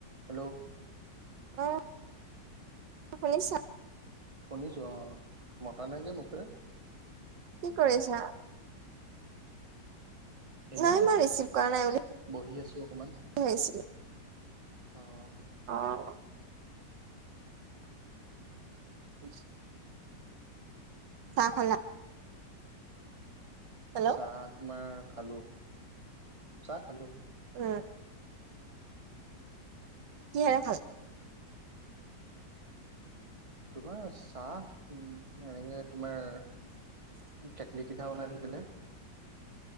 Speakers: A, on the right (about 20°); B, on the right (about 80°).
A: Hello.
B: উম, <unintelligible>
A: শুনিছো অ', মতা নাই যে মুখেৰে?
B: কি কৰিছা?
A: এনেই
B: নাই মই ৰিচিভ কৰা নাই বুলি
A: বহি আছো অকমান,
B: ভাবিছিলো
A: অ'।
B: অ'। <unintelligible> চাহ খালা? হেল্ল'
A: চাহ তোমাৰ খালো চাহ খালো।
B: উ। কিহেৰে খাল
A: তোমাৰ চাহ উ, এনেকে তোমাৰ কেটলি পিঠা বনাই দিছিলে।